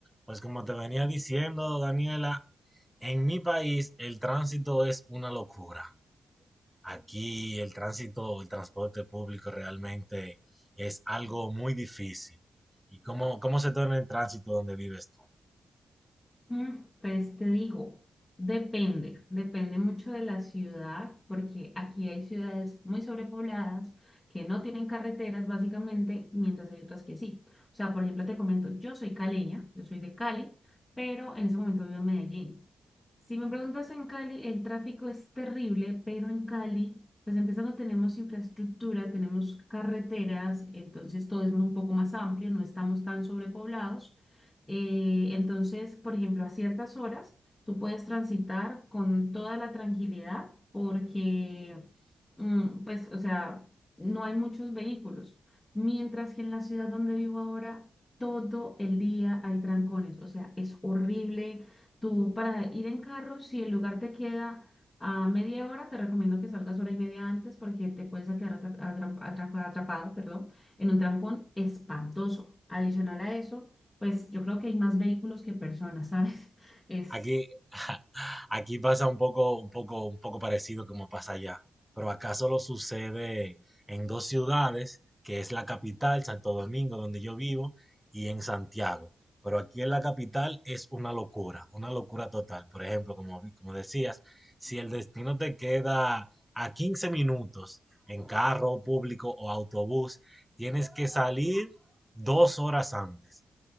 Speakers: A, in the centre; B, on the left (about 20°).
A: Pues como te venía diciendo, Daniela, en mi país el tránsito es una locura. Aquí el tránsito, el transporte público realmente es algo muy difícil. ¿Y cómo, cómo se torna el tránsito donde vives tú?
B: Mm, Pues te digo, depende, depende mucho de la ciudad, porque aquí hay ciudades muy sobrepobladas que no tienen carreteras básicamente, mientras hay otras que sí. O sea, por ejemplo, te comento, yo soy caleña, yo soy de Cali, pero en ese momento vivo en Medellín. Si me preguntas en Cali, el tráfico es terrible, pero en Cali, pues empezando tenemos infraestructura, tenemos carreteras, entonces todo es un poco más amplio, no estamos tan sobrepoblados. Eh, entonces, por ejemplo, a ciertas horas tú puedes transitar con toda la tranquilidad porque, mm, pues, o sea, no hay muchos vehículos. Mientras que en la ciudad donde vivo ahora, todo el día hay trancones. O sea, es horrible. Tú para ir en carro, si el lugar te queda a media hora, te recomiendo que salgas hora y media antes porque te puedes quedar atra- atra- atra- atrapado, perdón, en un trancón espantoso. Adicional a eso. Pues yo creo que hay más vehículos que personas, ¿sabes? <laughs> Es
A: Aquí, <laughs> aquí pasa un poco, un poco, un poco parecido como pasa allá, pero acá solo sucede en dos ciudades, que es la capital, Santo Domingo, donde yo vivo, y en Santiago. Pero aquí en la capital es una locura, una locura total. Por ejemplo, como, vi- como decías, si el destino te queda a 15 minutos en carro público o autobús, tienes que salir dos horas antes